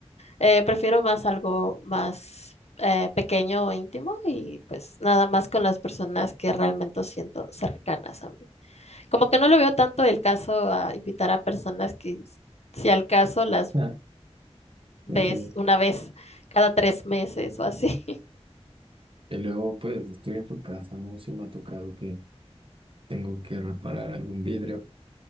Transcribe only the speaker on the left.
Eh, prefiero más algo más eh, pequeño o íntimo y pues nada más con las personas que realmente siento cercanas a mí. Como que no le veo tanto el caso a invitar a personas que s- si al caso las
ves
una vez cada tres meses o así.